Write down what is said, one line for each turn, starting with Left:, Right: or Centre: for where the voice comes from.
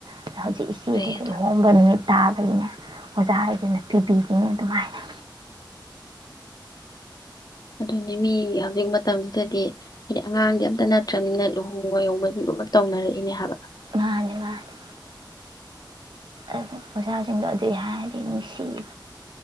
Right: ꯑꯗ ꯍꯧꯖꯤꯛ
Left: ꯐꯩ
Right: ꯃꯦꯀꯦꯜ
Left: ꯑꯗꯣ
Right: ꯍꯣꯝꯕ ꯇꯥꯕꯒꯤꯅꯦ ꯑꯣꯖꯥ ꯍꯥꯏꯗꯨꯅ ꯄꯤꯕꯤꯈꯤꯅꯤ ꯑꯗꯨꯃꯥꯏꯅ
Left: ꯑꯗꯨꯅꯦ ꯃꯤ ꯍꯧꯖꯤꯛ ꯃꯇꯝꯁꯤꯗꯗꯤ ꯍꯥꯏꯗꯤ ꯑꯉꯥꯡꯗꯤ ꯑꯝꯇ ꯅꯠꯇ꯭ꯔꯅꯤꯅ ꯂꯨꯍꯣꯡꯕꯍꯣꯡꯕ ꯑꯗꯨꯃꯛ ꯇꯧꯅꯔꯛꯏꯅꯦ ꯍꯥꯏꯕ
Right: ꯋꯥꯅꯦ ꯃꯥꯅꯦ ꯑꯗꯨ ꯑꯣꯖꯥꯁꯤꯡꯗꯣ ꯑꯗꯨꯒꯤ ꯍꯥꯏꯔꯗꯤ ꯅꯨꯡꯁꯤꯕ